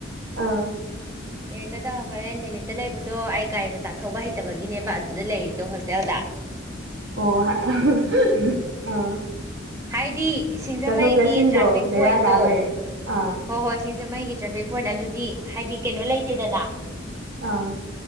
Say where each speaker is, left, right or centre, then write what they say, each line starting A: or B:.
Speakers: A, on the right; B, on the right.
A: ꯑꯥ
B: ꯅꯦꯂꯤꯠꯇ ꯇꯧꯔꯛꯄꯅꯦ ꯅꯦꯂꯤꯠꯇ ꯂꯩꯕꯗꯣ ꯑꯩ ꯒꯥꯔꯤ ꯃꯆꯥ ꯊꯧꯕ ꯍꯩꯇꯕꯒꯤꯅꯦꯕ ꯑꯗꯨꯗ ꯂꯩꯔꯤꯗꯣ ꯍꯣꯁꯇꯦꯜꯗ
A: ꯑꯣ ꯑ
B: ꯍꯥꯏꯗꯤ ꯁꯤꯡꯖꯃꯩꯒꯤ
A: ꯆꯠꯊꯣꯛ ꯆꯁꯤꯟꯗꯣ
B: ꯇ꯭ꯔꯥꯐꯤꯛ
A: ꯕꯦꯔꯥ
B: ꯄꯣꯏꯟꯗꯣ
A: ꯀꯥꯕꯩ ꯑ
B: ꯍꯣꯏ ꯍꯣꯏ ꯁꯤꯡꯖꯃꯩꯒꯤ ꯇ꯭ꯔꯥꯐꯤꯛ ꯄꯣꯏꯟ ꯑꯗꯨꯗꯤ ꯍꯥꯏꯗꯤ ꯀꯩꯅꯣ ꯂꯩꯇꯦꯗꯅ
A: ꯑꯥ